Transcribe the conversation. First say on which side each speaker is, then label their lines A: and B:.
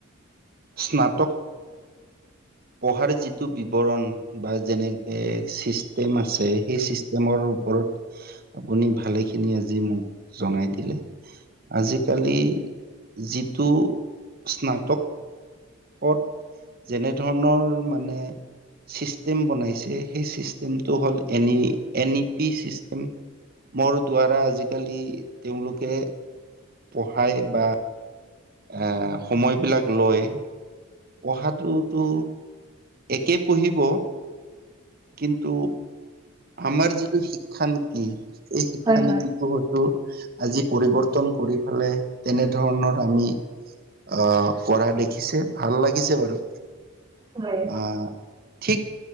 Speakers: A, on the right; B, on the right.
A: স্নাতক পঢ়াৰ যিটো বিৱৰণ বা যেনে এ চিষ্টেম আছে, সেই চিষ্টেমৰো পৰত, আপুনি ভালেখিনি আজি মোক জনাই দিলে। আজিকালি, যিটো স্নাতক পদ, যেনে ধৰণৰ মানে চিষ্টেম বনাইছে, সেই চিষ্টেমটো হ'ল এনই-এনইপি চিষ্টেম। মোৰ দ্বাৰা আজিকালি, তেওঁলোকে পঢ়াই বা এ', সময়বিলাক লয়, পঢ়াটোত তো, একে পঢ়িব কিন্তু, আমাৰ যিটো শিক্ষানীতি এই শিক্ষানীতিবোৰতো
B: হয় হয়
A: আজি পৰিৱৰ্তন কৰি পেলাই তেনেধৰণৰ আমি, আ, কৰা দেখিছে ভাল লাগিছে বাৰু।
B: হয়,
A: আ, ঠিক